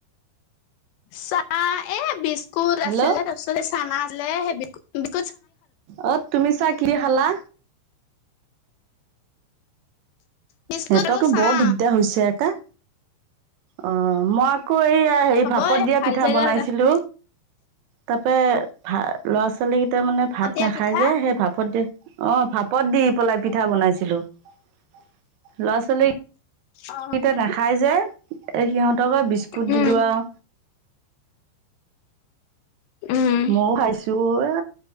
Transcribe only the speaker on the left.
চাহ এ বিস্কুট
আছিলে তাৰপিছত এই চানা আছিলেেই বিস্
বিস্কুট
আৰু চাহ
হবই
ভাল
জেগাত
এটা
দিয়া
পিঠা
অ
উম
উম